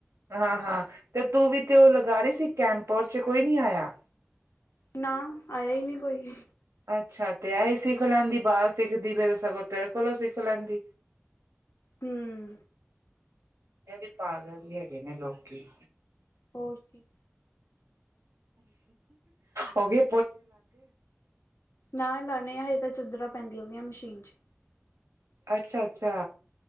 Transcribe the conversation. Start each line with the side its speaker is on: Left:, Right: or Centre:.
Right: ਹਾਂ ਹਾਂ ਤੇ ਤੂੰ ਵੀ ਤੇ ਉਹ ਲਗਾ ਰਹੀ ਸੀ ਕੈਂਪੋਰ ਚ ਕੋਈ ਨੀ ਆਇਆ
Left: ਨਾ ਆਇਆ ਹੀ ਨਹੀਂ ਕੋਈ
Right: ਅੱਛਾ ਤੇ ਐਹੀ ਸਿੱਖ ਲੈਂਦੀ ਬਾਹਰ ਸਿੱਖਦੀ ਫੇ ਤੇ ਸਗੋਂ ਤੇਰੇ ਕੋਲੋਂ ਸਿੱਖ ਲੈਂਦੀ
Left: ਹਮ
Right: ਦੇ ਪਾਗਲ ਹੀ ਹੈਗੇ ਨੇ ਲੋਕੀ
Left: ਹੋਰ ਕੀ
Right: ਹੋਗੇ
Left: ਨਾ ਨਾ, ਨੇ ਹਜੇ ਤਾਂ ਚਦਰਰਾਂ ਪੈਂਦੀਆਂ ਵੀਆਂ ਮਸ਼ੀਨ ਚ।
Right: ਅੱਛਾ ਅੱਛਾ,